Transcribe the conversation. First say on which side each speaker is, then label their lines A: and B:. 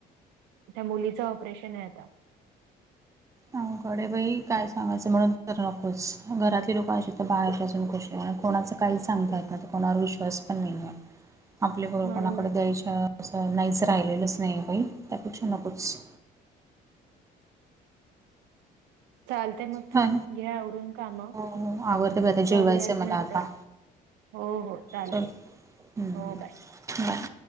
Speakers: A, on the right (about 85°); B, on the right (about 20°).
A: त्या मुलीच ऑपरेशन आहेता
B: अ घडे बाई काय सांगायचं म्हणून तर नकोच घरातली लोकं अशी तर बाहेरपजून कुश कोणाच काही सांगता आहेत ना तर कोणावर विश्वास पण नाही आहे
A: <inaudible>
B: आपले बर
A: म्हणूनच
B: कोणाकडे द्यायच्या असं नाहीचं राहिलेलंच नाही काही त्यापेक्षा नकोच
A: चालते मग चल
B: हा
A: घ्या आवरवरून काम
B: हो हो आवरते बाई आता जेवायचं
A: करूयात
B: आहे मला
A: नंतर
B: आता
A: हो हो चालेल
B: चल हं,
A: हो बाय
B: बाय